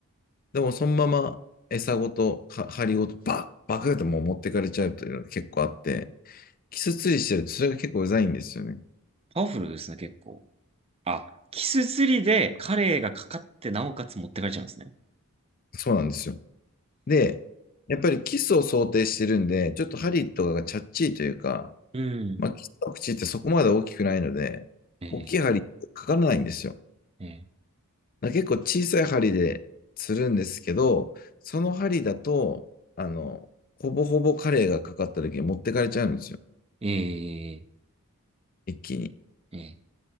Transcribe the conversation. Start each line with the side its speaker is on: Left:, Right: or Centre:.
Left: でも、そのまま餌ごと、は針ごと、バッ、バクってもう持ってかれちゃうというのが結構あって、キス釣りしてると、それが結構うざいんですよね。
Right: パワフルですね、結構。あ、キス釣りでカレイがかかってなおかつ持ってかれちゃうんですね。
Left: そうなんですよ。で、やっぱりキスを想定してるんで、ちょっと針とかがチャッチーというか、
Right: うん。
Left: まあ、キスの口ってそこまで大きくないので、
Right: ええ
Left: 大きい針かからないんですよ。
Right: え
Left: ま結構小さい針で釣るんですけど、その針だと、あの、ほぼほぼカレイがかかった時に持ってかれちゃうんですよ。
Right: えええ
Left: 一気に。
Right: ええ